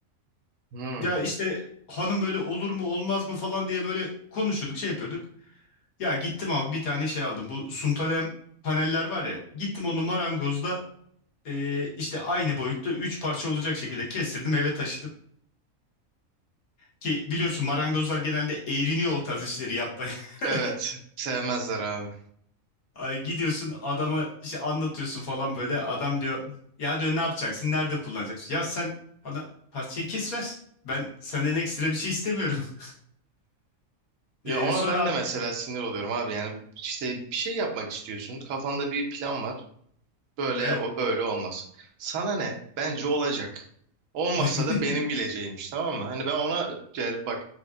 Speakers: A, on the right; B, on the left.
A: Hmm,
B: Ya işte hanım böyle olur mu olmaz mı falan diye böyle konuşuyorduk şey yapıyorduk. Ya gittim abi bir tane şey aldım. Bu suntalem paneller var ya. Gittim onu marangozda e, işte aynı boyutta 3 parça olacak şekilde kestirdim eve taşıdım. Ki biliyorsun marangozlar genelde eğriniyor o tarz işleri yapmaya. <laughs>
A: evet sevmezler abi.
B: Ay, gidiyorsun adama işte anlatıyorsun falan böyle. Adam diyor ya diyor ne yapacaksın? Nerede kullanacaksın? Ya sen bana parçayı kes ver. Ben senden ekstra bir şey istemiyorum. <laughs>
A: Ya
B: Ee,
A: ona
B: sonra
A: ben
B: abi
A: de mesela sinir oluyorum abi. Yani işte bir şey yapmak istiyorsun. Kafanda bir plan var. Böyle
B: evet.
A: o böyle olmaz. Sana ne? Bence olacak. Olmazsa
B: <laughs>
A: da benim bileceğimmiş tamam mı? Hani ben ona gel bak